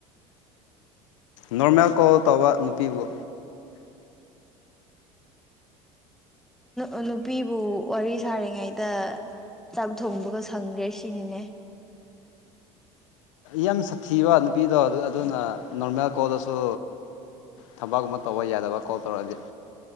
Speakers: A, on the left; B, in the centre.
A: ꯅꯣꯔꯃꯦꯜ ꯀꯣꯜ ꯇꯧꯕ ꯅꯨꯄꯤꯕꯨ
B: ꯎ ꯅꯨꯄꯤꯕꯨ ꯋꯥꯔꯤ ꯁꯥꯔꯤꯉꯩꯗ ꯆꯥꯛ ꯊꯣꯡꯕꯒ ꯁꯪꯗ꯭ꯔꯦ ꯁꯤꯅꯤꯅꯦ
A: ꯌꯥꯝ ꯁꯥꯊꯤꯕ ꯅꯨꯄꯤꯗꯣ ꯑꯗꯨ ꯑꯗꯨꯅ ꯅꯣꯔꯃꯦꯜ ꯀꯣꯜꯗꯁꯨ ꯊꯕꯛꯀꯨꯝꯕ ꯇꯧꯕ ꯌꯥꯗꯕ ꯀꯣꯜ ꯇꯧꯔꯛꯑꯗꯤ